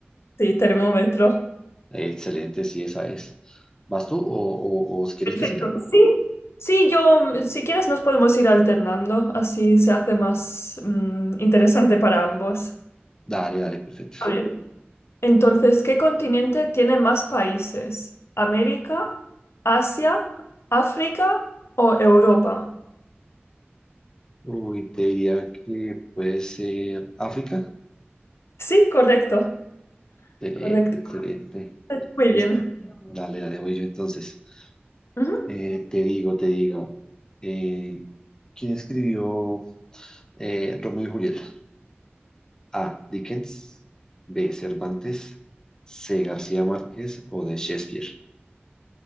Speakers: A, on the left; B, on the left.
A: Sí, termómetro.
B: Eh, excelente, sí, esa es. ¿Vas tú o, o o si quieres
A: Perfecto.
B: que siga?
A: Sí, sí, yo, mm, si quieres nos podemos ir alternando, así se hace más mm, interesante para ambos.
B: Dale, dale, perfecto.
A: A ver. Entonces, ¿qué continente tiene más países? ¿América, Asia, África o Europa?
B: Uy, te diría que puede ser África.
A: Sí, correcto,
B: Excelente,
A: correcto.
B: excelente.
A: Eh, Muy
B: Listo.
A: bien.
B: Dale, dale, voy yo entonces.
A: Ujú.
B: Eh, te digo, te digo. eh, ¿quién escribió eh, Romeo y Julieta? A. Dickens. B. Cervantes. C. García Márquez o de Shakespeare.